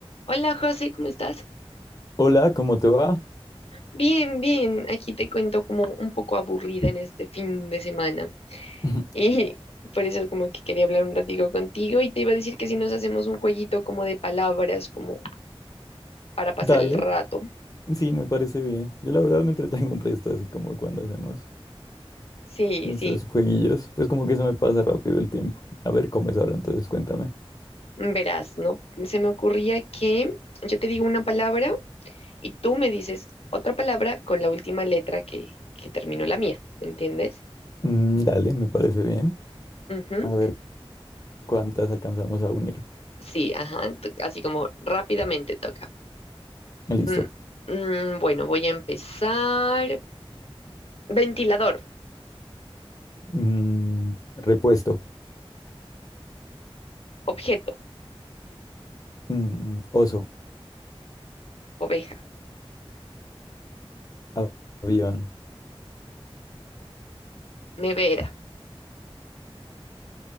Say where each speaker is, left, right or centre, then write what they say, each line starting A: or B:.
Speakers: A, on the left; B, on the left.
A: Hola José, ¿cómo estás?
B: Hola, ¿cómo te va?
A: Bien, bien. Aquí te cuento como un poco aburrida en este fin de semana. <laughs>
B: <laughs>
A: Y por eso como que quería hablar un ratico contigo y te iba a decir que si nos hacemos un jueguito como de palabras, como para pasar
B: Dale,
A: el rato.
B: sí, me parece bien. Yo la verdad me entretengo un resto, así como cuando hacemos
A: Sí,
B: nuestros
A: sí.
B: jueguillos, pues como que se me pasa rápido el tiempo. A ver, ¿cómo es ahora? Entonces cuéntame.
A: Verás, ¿no? Se me ocurría que yo te digo una palabra y tú me dices otra palabra con la última letra que, que terminó la mía. ¿Me entiendes?
B: Mm, dale, me parece bien.
A: Ujú.
B: A ver cuántas alcanzamos a unir.
A: Sí, ajá. t- Así como rápidamente toca.
B: Listo.
A: Mm, mm, bueno, voy a empezar. Ventilador,
B: Mm, repuesto.
A: objeto,
B: Mm, oso.
A: oveja,
B: a- Avión.
A: nevera,